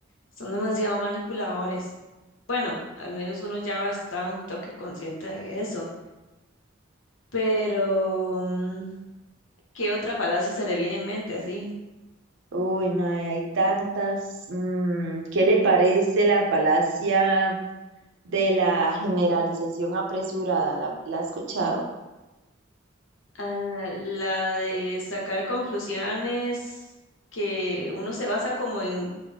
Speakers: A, on the left; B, on the right.
A: Son demasiado manipuladores. Bueno, al menos uno ya está un toque consciente de eso. Pero, mm, ¿qué otra falacia se le viene en mente así?
B: Uy, mae, hay tantas. mm, ¿qué le parece la falacia de la generalización apresurada? ¿La, la ha escuchado?
A: Ah, la de sacar conclusiones que uno se basa como en,